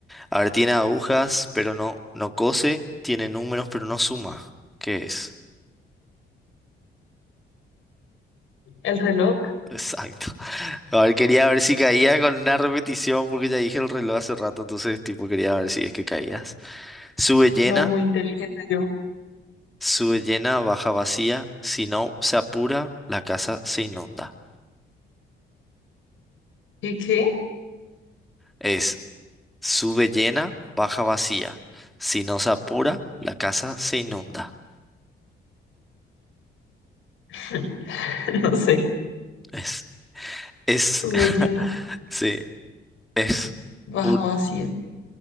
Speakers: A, in the centre; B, on the left.
A: A ver, tiene agujas, pero no, no cose. Tiene números, pero no suma. ¿Qué es?
B: El reloj,
A: Exacto. <laughs> A ver, quería ver si caía con una repetición, porque ya dije el reloj hace rato, entonces, tipo, quería ver si es que caías. Sube llena.
B: no muy inteligente yo.
A: Sube llena, baja vacía, si no se apura, la casa se inunda.
B: ¿Y qué?
A: Es sube llena, baja vacía, si no se apura, la casa se inunda.
B: <laughs> No sé.
A: Es, es,
B: Sube
A: <laughs>
B: llena,
A: sí, es
B: baja
A: un...
B: vacía.